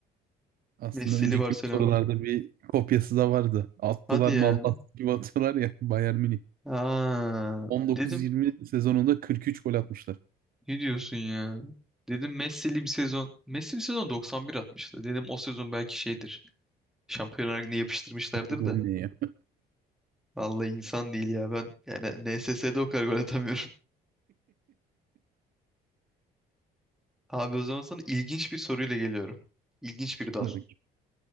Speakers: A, on the right; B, in the centre.
A: Aslında
B: Messi'li
A: önceki
B: Barcelona.
A: bir sorularda bir kopyası da vardı. Attılar
B: Hadi ya.
A: mı Allah gibi atıyorlar ya <laughs> Bayern Münih.
B: Aa,
A: 19-20
B: dedim
A: sezonunda 43 gol atmışlar.
B: ne diyorsun ya? Dedim Messi'li bir sezon. Messi bir sezon 91 atmıştı. Dedim o sezon belki şeydir. Şampiyonlar Ligi'ne yapıştırmışlardır
A: Bir gol
B: da.
A: ne ya?
B: Vallahi insan değil ya. Ben yani NSS'de o kadar gol atamıyorum. Abi o zaman sana ilginç bir soruyla geliyorum. İlginç bir dal.
A: <laughs>